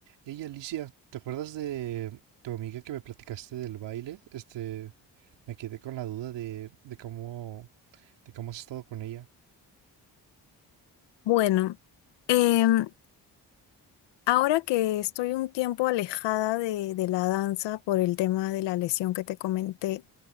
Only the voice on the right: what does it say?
Ey, Alicia, ¿te acuerdas de tu amiga que me platicaste del baile? Este, me quedé con la duda de, de cómo, de cómo has estado con ella.